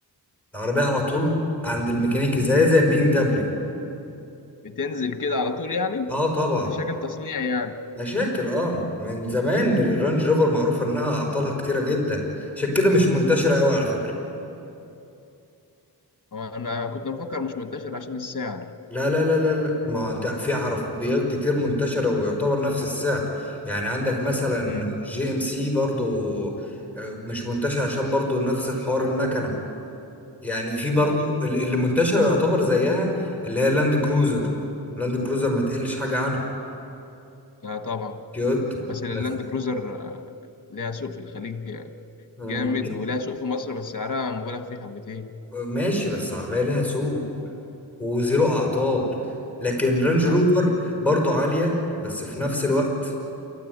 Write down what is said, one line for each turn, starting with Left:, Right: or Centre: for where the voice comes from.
Centre: العربيه على طول عند الميكانيكي زي زي البي ام دبليو
Left: بتنزل كده على طول يعني
Centre: اه طبعا
Left: مشاكل تصنيع يعني
Centre: مشاكل اه من زمان الرينج روفر معروفه انها اعطالها كتيره جدا عشان كده مش منتشره قوي على فكره
Left: هو انا كنت مفكر مش منتشر عشان السعر
Centre: لا لا لا لا لا ما هو انت في عربيات كتير منتشرة ويعتبر نفس السعر يعني عندك مثلا مم.
Left: امم
Centre: جي ام سي برضو آه، مش منتشر عشان برضو نفس الحوار المكنة يعني في برضو
Left: اه
Centre: ال- اللي منتشرة يعتبر زيها اللي هي لاند كروزر لاند كروزر ما تقلش حاجة عنها
Left: لا طبعا
Centre: تويوتا
Left: بس اللاند
Centre: بس
Left: كروزر آه، ليها سوق في الخليج آه،
Centre: و-
Left: جامد ولها سوق في مصر بس سعرها مبالغ فيه حبتين
Centre: ماشي بس عربية ليها سوق وزيرو أعطال لكن رانج
Left: اه
Centre: روفر برضو عالية بس في نفس الوقت